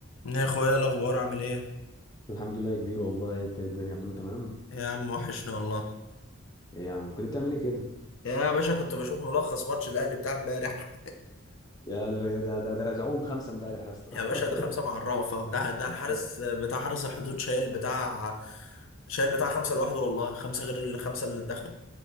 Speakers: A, on the left; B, on the left.
A: يا اخويا إيه الاخبار عامل ايه
B: الحمد لله يا كبير والله انت ايه الدنيا كله تمام
A: يا عم وحشنا والله
B: ايه يا عم كنت بتعمل ايه كده
A: يا باشا كنت بشوف ملخص ماتش الاهلي بتاع امبارح <laughs>
B: يا ال- يا ده ده ده رزعوهم خمسه امبارح يا اسطى
A: يا باشا
B: <laughs>
A: ده خمسه مع الرافه ده ده الحارس
B: يا
A: بتاع حارس الحدود شايل بتاع شايل بتاع خمسه لوحده والله خمسه غير الخمسه اللي دخلوا